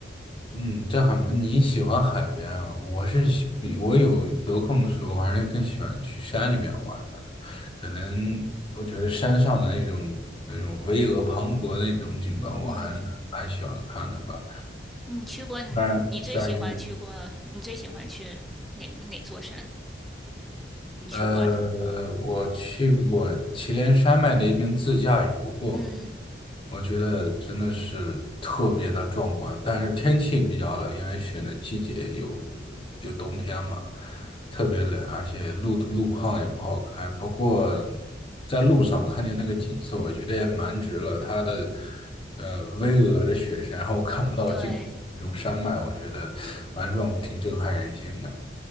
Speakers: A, on the left; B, in the centre.
A: 嗯，这还蛮你喜欢海边啊？我是喜比我有得空的时候，我还是更喜欢去山里面玩的。可能我觉得山上的那种那种巍峨磅礴的那种景观，我还是蛮喜欢看的吧。
B: 嗯，你去过，你最喜欢去过，
A: 虽然虽然
B: 你最喜欢去哪哪座山？你去过的？
A: 呃，我去过祁连山脉那边自驾游过，
B: 嗯，
A: 我觉得真的是特别的壮观，但是天气比较冷，因为选的季节有就冬天嘛，特别冷，而且路路况也不好开。不过在路上看见那个景色，我觉得也蛮值了。它的呃巍峨的雪山，然后看不到尽头那种山脉，
B: 对，
A: 我觉得蛮壮，挺震撼人心的。